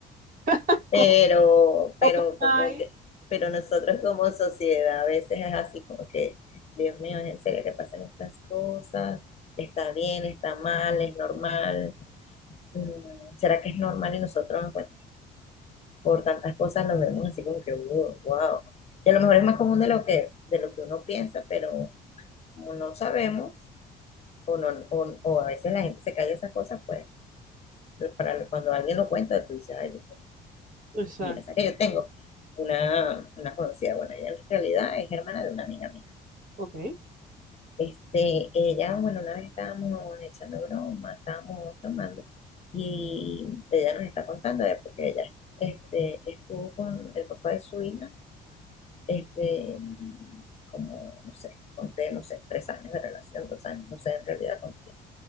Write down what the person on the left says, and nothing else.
pero,
pero como
que, pero nosotros como sociedad a veces es así como que, Dios mío, es en serio que pasan estas cosas, está bien, está mal, es normal, Mm, ¿será que es normal? Y nosotros, bueno, por tantas cosas nos vemos así como que, wow, wow. Y a lo mejor es más común de lo que, de lo que uno piensa, pero como no sabemos, o, no, o, o a veces la gente se calla esas cosas, pues para cuando alguien lo cuenta, tú dices, ay, Dios mío,
mira, o sea que yo tengo una, una conocida, bueno, ella en realidad es hermana de una amiga mía.
Este, ella, bueno, una vez estábamos echando broma, estábamos tomando, y ella nos está contando de porque ella este, estuvo con el papá de su hija, este, como, no sé, conté, no sé, tres años de relación, dos años, no sé en realidad cuánto tiempo.